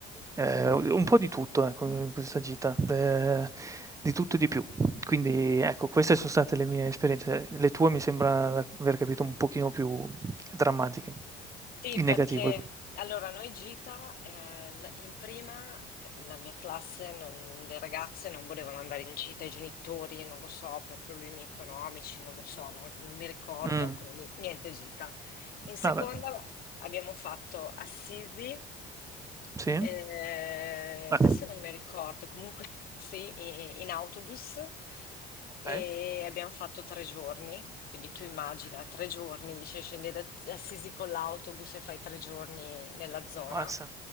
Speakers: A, on the right; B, on the left.
A: eh, un po' di tutto ecco, in questa gita, eh, di tutto e di più. Quindi ecco, queste sono state le mie esperienze. Le tue mi sembra aver capito un pochino più drammatiche,
B: Sì,
A: in
B: perché
A: negativo.
B: allora noi gita, eh, l- in prima eh, la mia classe, non- le ragazze non volevano andare in gita, i genitori, non lo so, per problemi economici, non lo so, non, non mi ricordo,
A: Mm,
B: quindi niente gita. In seconda
A: Vabbè,
B: abbiamo fatto Assisi,
A: sì,
B: eh,
A: Beh,
B: adesso non mi ricordo, comunque <laughs> sì, i- in autobus
A: ok,
B: e abbiamo fatto tre giorni, quindi tu immagina
A: Mm,
B: tre giorni, cioè scendi da Assisi con l'autobus e fai tre giorni nella zona.
A: ammazza,